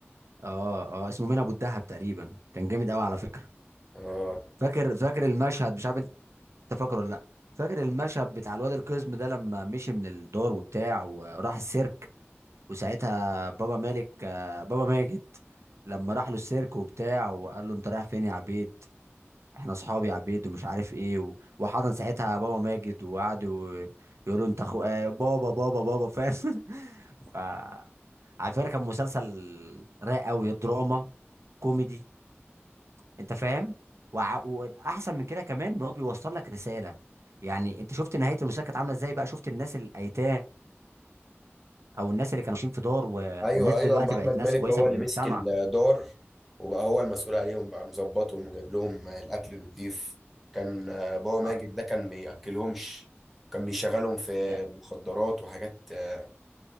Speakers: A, on the right; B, in the centre.
A: اه اه اسمه مين ابو الدهب تقريبا كان جامد قوي على فكره
B: آه
A: فاكر فاكر المشهد مش عارف انت فاكره ولا لا فاكر المشهد بتاع الواد القزم ده لما مشي من الدار وبتاع وراح السيرك وساعتها بابا مالك آه، بابا ماجد لما راح له السيرك وبتاع وقال له انت رايح فين يا عبيد احنا اصحاب يا عبيد ومش عارف ايه و- وحضن ساعتها بابا ماجد وقعد و- يقول له انت اخو آه، بابا بابا بابا فاهم <laughs> ف على فكره كان مسلسل رايق قوي دراما كوميدي انت فاهم وع- واحسن من كده كمان ان هو بيوصل لك رساله يعني انت شفت نهايه المسلسل كانت عامله ازاي بقى شفت الناس الايتام او الناس اللي كانوا عايشين في دار و...
B: ايوه
A: والناس دي
B: ايوه
A: دلوقتي
B: اما احمد
A: بقت ناس
B: مالك
A: كويسه
B: هو
A: في
B: اللي
A: المجتمع
B: مسك الدار وبقى هو المسؤول عليهم بقى مظبطهم وجايب لهم آه، الاكل النضيف كان آه، بابا ماجد
A: آه،
B: ده كان بياكلهمش كان بيشغلهم في
A: ده
B: المخدرات وحاجات آه،